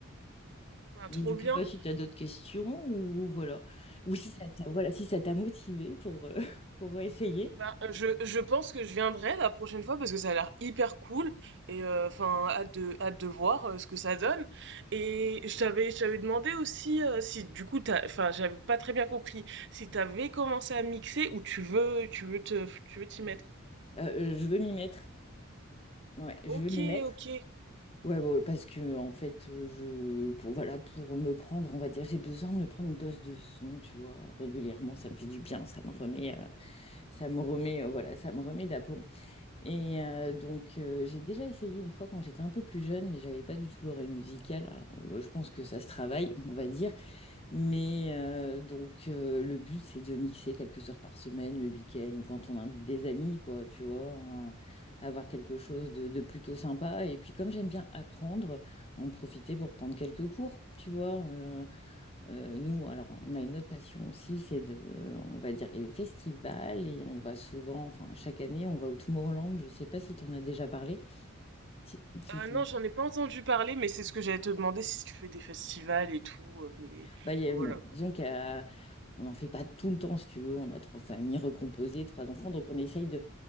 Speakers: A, on the right; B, on the left.
A: à
B: Donc,
A: trop
B: je ne
A: bien.
B: sais pas si tu as d'autres questions ou, ou voilà. Ou si ça t'a voilà, si ça t'a motivé pour, euh, <laughs> pour essayer.
A: Ben, euh, je, je pense que je viendrai la prochaine fois parce que ça a l'air hyper cool et euh, enfin hâte de hâte de voir euh, ce que ça donne. Et je t'avais je t'avais demandé aussi euh, si du coup t'as enfin j'avais pas très bien compris si t'avais commencé à mixer ou tu veux tu veux te tu veux t'y mettre.
B: Euh, euh, je veux m'y mettre. Ouais, je
A: Ok
B: veux m'y mettre.
A: ok.
B: Ouais, bon, parce que en fait, euh, je pour voilà, pour me prendre, on va dire, j'ai besoin de me prendre une dose de son, tu vois, régulièrement, ça me fait du bien, ça me remet, euh, ça me remet, euh, voilà, ça me remet d'aplomb. Et euh, donc, euh, j'ai déjà essayé une fois quand j'étais un peu plus jeune, mais j'avais pas du tout l'oreille musicale. Alors, euh, je pense que ça se travaille, on va dire. Mais euh, donc euh, le but c'est de mixer quelques heures par semaine, le week-end, ou quand on invite des amis, quoi, tu vois, hein, avoir quelque chose de, de plutôt sympa. Et puis comme j'aime bien apprendre, en profiter pour prendre quelques cours, tu vois. Euh, euh, nous, alors on a une autre passion aussi, c'est de, on va dire les festivals, et on va souvent, enfin chaque année, on va au Tomorrowland. Je sais pas si t'en as déjà parlé. Si, si
A: Euh, non j'en ai pas entendu parler mais c'est ce que j'allais te demander si tu fais des festivals et tout euh, mais
B: Bah, il y
A: enfin,
B: a-
A: voilà.
B: bon, disons qu'on n'en fait pas tout le temps, si tu veux. On a trois familles recomposées, trois enfants. Donc, on essaye de,